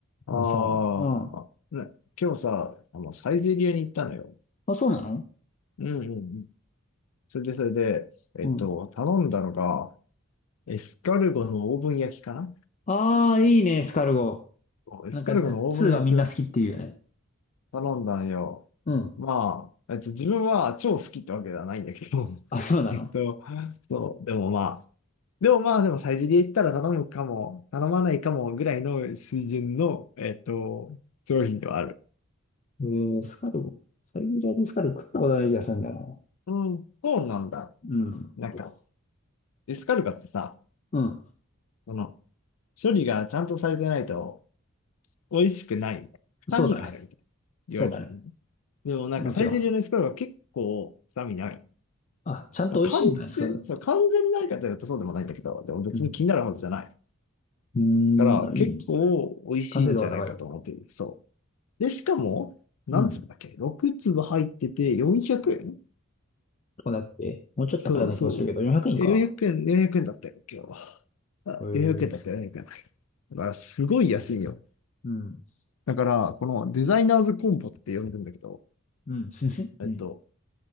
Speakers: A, on the left; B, on the left.
A: あ
B: あのさ、うん。
A: あ、あ、ね、今日さ、あの、サイゼリヤに行ったのよ。
B: あ、そうなの
A: うんうんうん。それで、それで、えっと、
B: うん。
A: 頼んだのが、エスカルゴのオーブン焼きかな
B: ああ、いいね、エスカルゴ。
A: そうエスカルゴのオーブン焼きを
B: なんか、2はみんな好きっていうよね。
A: 頼んだんよ。
B: うん。
A: まあ、えっと、自分は超好きってわけではないんだけど、
B: あ、そうなの
A: <laughs> えっと、そう、でもまあ、でもまあ、でもサイゼリヤ行ったら頼むかも、頼まないかもぐらいの水準の、えっと、商品ではある。
B: えー、エスカルゴ。サイゼリヤでエスカルゴ食ったことない気がするんだよ
A: うん、うんそうなんだ。
B: な。うん。
A: なんか、
B: と
A: エスカルパってさ、
B: うん。
A: その、処理がちゃんとされてないと美味しくないみたいな。
B: そうだね。
A: 臭みがあるみたいな。
B: そうだね。
A: 言われるよね。でもなんかサイゼリヤのエスカルパは結構臭みない。
B: もちろん。あ、ちゃんと美味しいんだね、
A: まあ、完全、
B: エスカルゴって。
A: そう、完全にないかというとそうでもないんだけど、でも別に気になるほどじゃない。
B: うん。うーん、
A: だから結構美味しいんじゃないかと思っている。
B: あ、いいね。完成度が高い。
A: そう。で、しかも、何粒だっけ
B: うん。
A: ?6 粒入ってて400円
B: こうだって、もうちょっと高いような気もするけど、
A: そうそう。
B: 400円か。
A: 400円、4 0円だったよ、今日は。あ、
B: へえ。
A: 400円だったよ、4 0円。だからすごい安いよ。
B: うん。
A: だから、このデザイナーズコンボって呼んでんだけど、
B: うん。<laughs>
A: えっと、
B: うん。